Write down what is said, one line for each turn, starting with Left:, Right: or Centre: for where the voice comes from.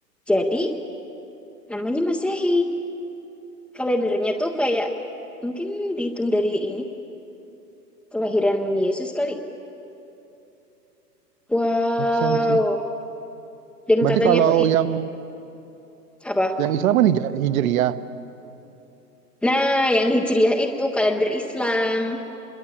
Centre: Jadi, namanya Masehi. Kalendernya tuh kayak mungkin dihitung dari ini Kelahiran Yesus kali. Wow.
Right: Make sense sih.
Centre: Dan
Right: Berarti
Centre: katanya
Right: kalau
Centre: tuh i-
Right: yang
Centre: apa?
Right: yang Islam kan Hij- Hijriah.
Centre: Nah, yang Hijriah itu kalender Islam.